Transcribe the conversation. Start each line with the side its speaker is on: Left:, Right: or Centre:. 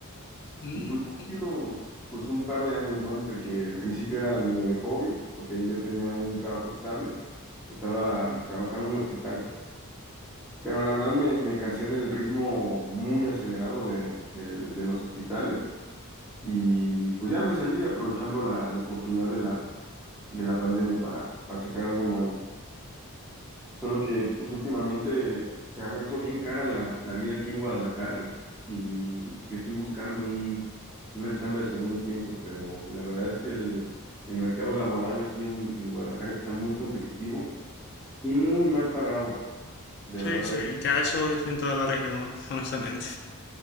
Left: Mm,
Centre: Y pues ha
Left: mm.
Centre: sido pues un par de años, ¿no? Entre que el principio era medio de hobby, porque ahí yo tenía un trabajo estable, estaba trabajando en un hospital, pero la verdad me, me cansé del ritmo muy acelerado de, del- de los hospitales y pues ya me salí aprovechando la, la oportunidad de la, de la pandemia para, para sacar algo nuevo. Solo que pues últimamente se ha vuelto bien cara la, la vida aquí en Guadalajara y sí estoy buscando un, una chamba de segundo tiempo, pero la verdad es que el, el mercado laboral aquí en, en Guadalajara está muy competitivo y muy mal pagado. De
Left: Sí,
Centre: verdad,
Left: sí,
Centre: es,
Left: ya eso es en toda la región, hon- honestamente.